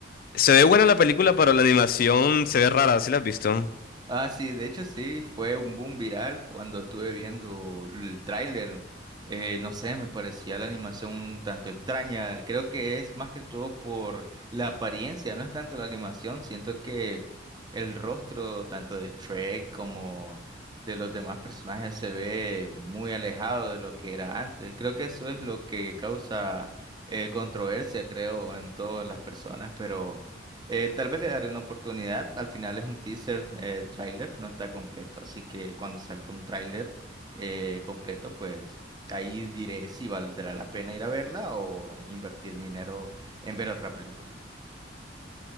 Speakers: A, on the left (about 50°); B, on the right (about 20°).
A: Se ve buena la película, pero la animación se ve rara, ¿sí la has visto?
B: Ah, sí, de hecho sí, fue un boom viral cuando estuve viendo el tráiler. Eh, no sé, me parecía la animación un tanto extraña. Creo que es más que todo por la apariencia, no es tanto la animación. Siento que el rostro tanto de Shrek como de los demás personajes se ve muy alejado de lo que era antes. Creo que eso es lo que causa eh, controversia, creo, en todas las personas, pero... Eh, tal vez le daré una oportunidad. Al final es un teaser, eh, tráiler, no está completo. Así que cuando salga un tráiler eh, completo, pues ahí diré si valdrá la pena ir a verla o invertir mi dinero en ver otra película.